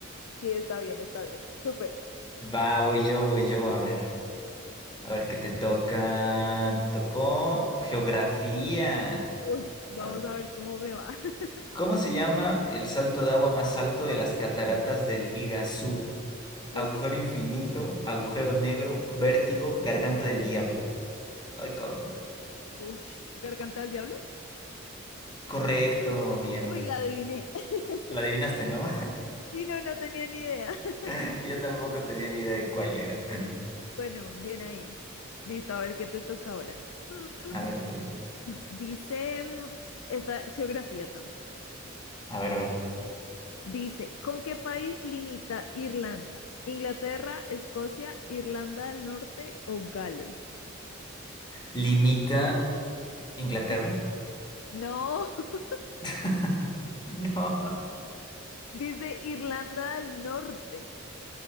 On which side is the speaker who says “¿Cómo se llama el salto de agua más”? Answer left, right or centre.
Left